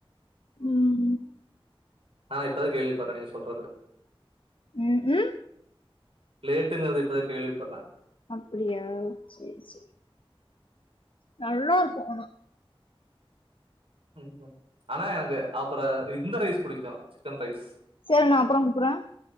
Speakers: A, on the left; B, on the right.
A: ம்
B: ஆனா இப்பதா கேள்விப்பட்ற நீங்க சொல்றது
A: ம், ம்.
B: லேட்டுங்கற்து இப்பதா கேள்விப்பட்ற
A: அப்டியா சேர் சே நல்லாருக்கு ஆனா
B: ம் ம் ஆனா எனக்கு அப்பறோ இந்த ரைஸ் புடிக்கு சிக்கன் ரைஸ்
A: சேரி நா அப்பறொ கூப்புர்ற